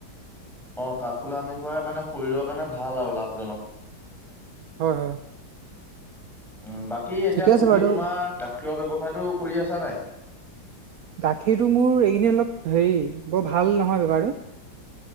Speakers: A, in the centre; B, on the right (about 60°).
A: অ', কাঠফুলা আনি খুৱাই মানে শৰীৰৰ কাৰণে ভাল আৰু লাভজনক।
B: হয় হয়।
A: উম, বাকী এতিয়া
B: ঠিকে আছে
A: তুমি
B: বাৰু
A: তোমাৰ গাখীৰৰ ব্যৱসায়টো কৰি আছা নাই?
B: গাখীৰটো মোৰ এইগিদিন অলপ হেৰি, বৰ ভাল নহয় বেপাৰটো।